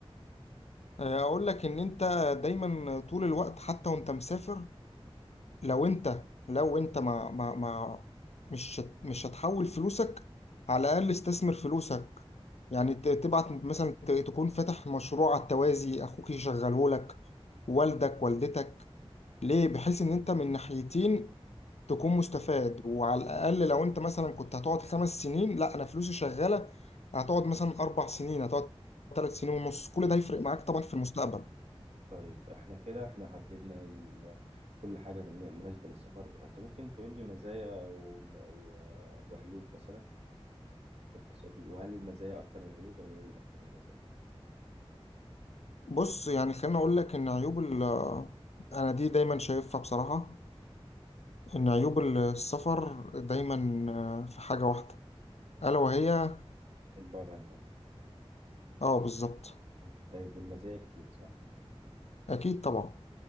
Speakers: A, on the left; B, on the right.
A: اقول لك ان انت دايما طول الوقت حتى وانت مسافر لو انت لو انت ما ما ما مش هت- مش هتحول فلوسك على الاقل استثمر فلوسك يعني ت- تبعت مثلا ت- تكون فاتح مشروع على التوازي اخوك يشغله لك والدك والدتك ليه بحيث ان انت من ناحيتين تكون مستفاد وعلى الاقل لو انت مثلا كنت هتقعد خمس سنين لا انا فلوسي شغاله هتقعد مثلا اربع سنين هتقعد ثلاث سنين ونص كل ده هيفرق معاك طبعا في المستقبل
B: طيب احنا كده احنا حددنا ال... كل حاجة بالن- مناسبة للسفر انت ممكن تقول لي مزايا و... و... وعيوب مثلا باختصار دي وهل المزايا اكتر من العيوب ولا العيوب اكتر من المزايا
A: بص يعني خليني اقول لك ان عيوب ال انا دي دايما شايفها بصراحة ان عيوب السفر دايما آه، في حاجة واحدة الا وهي
B: البعد عن الاهل
A: اه بالظبط
B: م. طيب والمزايا كتير صح
A: اكيد طبعا